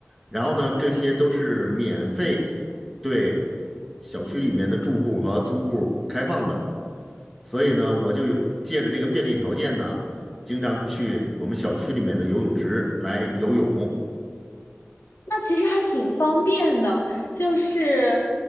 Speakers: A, in the centre; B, on the left.
A: 然后呢，这些都是免费对小区里面的住户和租户开放的。所以呢，我就有借着这个便利条件呢，经常去我们小区里面的游泳池来游泳。
B: 那其实还挺方便的，就是